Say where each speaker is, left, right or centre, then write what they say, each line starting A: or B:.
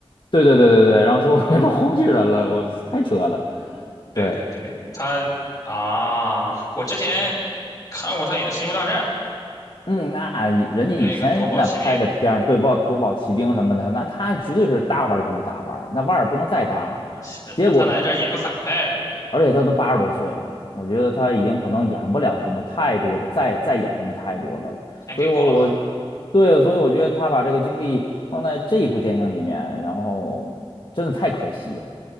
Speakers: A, on the left; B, on the left.
A: 对对对对对，然后最后变成红巨人了，
B: 啊，
A: 我太扯了，
B: 对对对，
A: 对。
B: 他啊，我之前看过他演的《星球大战》，
A: 嗯，那以人家以前那拍的片儿，
B: 有一个夺宝奇兵
A: 对豹夺宝奇兵什么的，那他绝对是大腕儿中的大腕儿那腕儿不能再大了。
B: 啊，是让他来这儿演个反派是吧？
A: 结果而且他都八十多岁了，我觉得他已经可能演不了什么太多的，再再演什么太多的了。
B: 钱给够了
A: 所以我，我对，所以我觉得他把这个精力放在这一部电影里面，然后真的太可惜了。